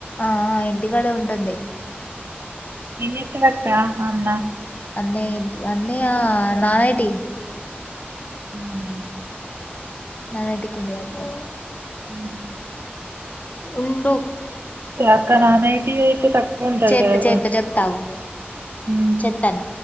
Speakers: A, on the left; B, on the right.
A: ఆ అహా ఇంటికాడే ఉంటుంది
B: ఏం చేస్తాది అక్క ఆ అమ్మా
A: అన్ని నేటి అన్ని అహా నానేటి
B: అవునా
A: <unintelligible> అతను
B: ఉమ్మ్
A: ఉండు
B: అక్క నాన్ ఐటీ అయితే తక్కువ ఉంటది
A: చేత
B: కదా
A: చేత చెప్తాఅగు
B: కొంచెం
A: చెత్తన్న